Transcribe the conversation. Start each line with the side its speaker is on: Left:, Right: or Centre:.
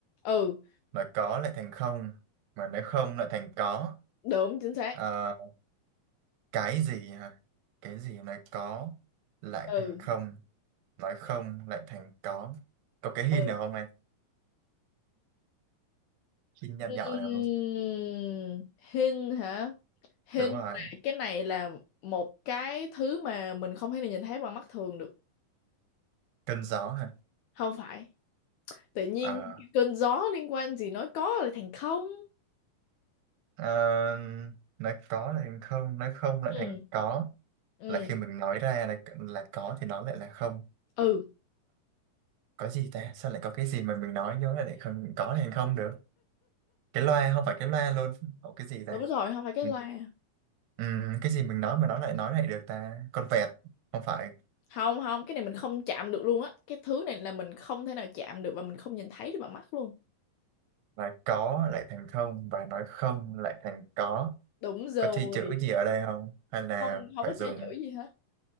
Left: ừ
Right: nói có lại thành không mà nói không lại thành có
Left: đúng chính xác
Right: Ờ, cái gì hả cái gì nói có lại
Left: ừ
Right: thành không nói không lại thành có có cái hint
Left: ừ
Right: nào không em hint nhỏ
Left: Ừm,
Right: nhỏ nào không
Left: hình hả hình
Right: đúng rồi
Left: là cái này là một cái thứ mà mình không thể nào nhìn thấy bằng mắt thường được
Right: cơn gió hả
Left: không phải tự nhiên
Right: Ờ,
Left: cơn gió liên quan gì nói có lại thành không
Right: ờ, nói có lại thành không nói không lại
Left: ừ
Right: thành có
Left: ừ
Right: là khi mình nói ra là là có thì nó lại là không
Left: ừ
Right: có gì ta sao lại có cái gì mà mình nói vô lại lại không có thành không được cái loa không phải cái loa luôn Ủa, cái gì ta
Left: đúng rồi không phải cái
Right: ừ,
Left: loa
Right: ừm, cái gì mình nói mà nó lại nói lại được ta con vẹt không phải
Left: không không cái này mình không chạm được luôn á cái thứ này là mình không thể nào chạm được và mình không nhìn thấy được bằng mắt luôn
Right: là có lại thành không và nói không lại thành có
Left: đúng rồi
Right: có chi chữ gì ở đây không hay là
Left: không không
Right: phải
Left: có
Right: dùng
Left: chơi chữ gì hết